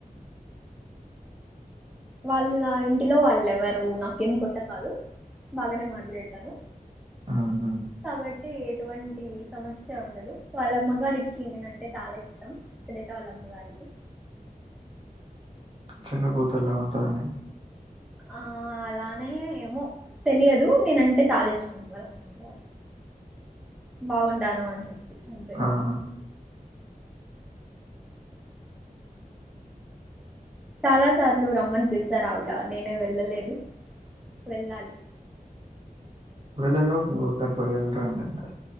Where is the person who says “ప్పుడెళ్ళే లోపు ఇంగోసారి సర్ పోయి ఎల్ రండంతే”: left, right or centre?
Right